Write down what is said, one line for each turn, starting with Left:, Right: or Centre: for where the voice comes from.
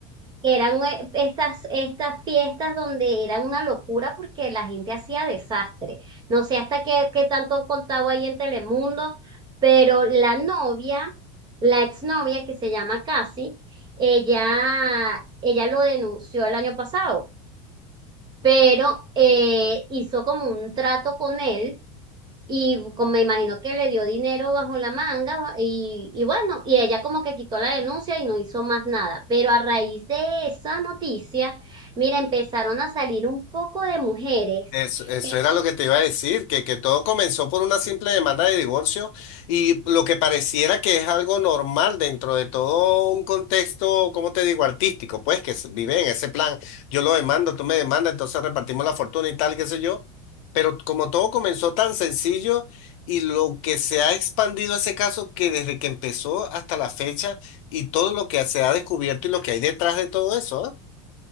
Right: que eran eh, estas, estas fiestas donde era una locura porque la gente hacía desastre. No sé hasta qué, qué tanto han contado ahí en Telemundo, pero la novia, la exnovia que se llama Cassie, ella, ella lo denunció el año pasado, pero eh, hizo como un trato con él y como me imagino que le dio dinero bajo la manga y, y bueno, y ella como que quitó la denuncia y no hizo más nada. Pero a raíz de esa noticia, mira, empezaron a salir un poco de mujeres
Left: Eso, eso
Right: que
Left: era lo que te iba a decir, que, que todo comenzó por una simple demanda de divorcio y lo que pareciera que es algo normal dentro de todo un contexto, como te digo, artístico, pues que se vive en ese plan, yo lo demando, tú me demandas, entonces repartimos la fortuna y tal, qué sé yo, pero como todo comenzó tan sencillo y lo que se ha expandido ese caso que desde que empezó hasta la fecha y todo lo que se ha descubierto y lo que hay detrás de todo eso, ¿ah?